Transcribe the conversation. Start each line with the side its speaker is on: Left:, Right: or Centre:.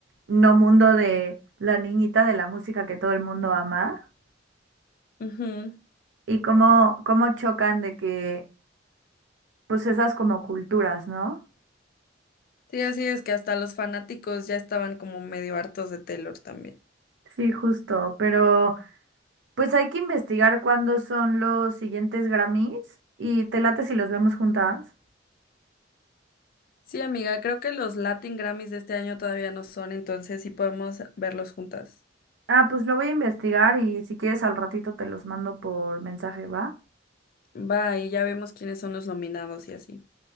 Right: no mundo de la niñita de la música que todo el mundo ama.
Left: Ujú.
Right: Y cómo, cómo chocan de que pues esas como culturas, ¿no?
Left: Sí, así es que hasta los fanáticos ya estaban como medio hartos de Taylor también.
Right: Sí, justo, pero pues hay que investigar cuándo son los siguientes Grammys y te late si los vemos juntas.
Left: Sí, amiga, creo que los Latin Grammys de este año todavía no son, entonces sí podemos verlos juntas.
Right: Ah, pues lo voy a investigar y si quieres al ratito te los mando por mensaje, ¿va?
Left: Bye, ya vemos quiénes son los nominados y así.